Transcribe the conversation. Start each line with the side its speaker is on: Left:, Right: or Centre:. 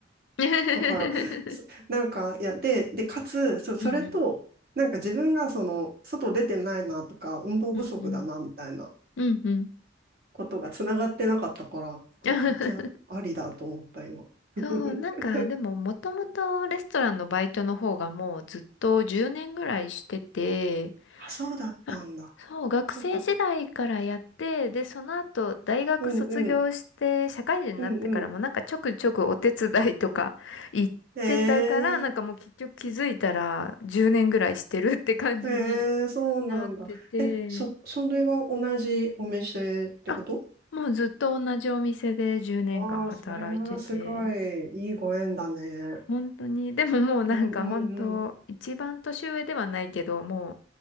Left: <laughs>
Right: だから、そなんか、いや、で、で、かつ、そ、それと、
Left: うんうん
Right: なんか自分がその、外出てないなとか、運動不足だなみたいな
Left: うんうんうんうん
Right: ことがつながってなかったから、すごいめっちゃありだと思った、
Left: <laughs>
Right: 今。
Left: そう、
Right: <laughs>
Left: なんかでももともとレストランのバイトの方がもうずっと10年ぐらいしてて、
Right: あ、そうだったんだ。
Left: あ、そう、学生時代からやって、
Right: そっかそっか。
Left: で、その後大学卒業して社会人になってからもなんかちょくちょくお手伝いとか行ってたから、
Right: うんうん。うんうん。え
Left: なんかもう結局気づいたら10年ぐらいしてるって感じに
Right: え、ええ、そうなんだ。
Left: なってて、
Right: え、そ、それは同じお店ってこと
Left: あ、もうずっと同じお店で10年間働いてて、
Right: ああー、それはすごいいいご縁だね。
Left: 本当に、でももうなんか本当、
Right: うんうんうん。
Left: 一番年上ではないけど、も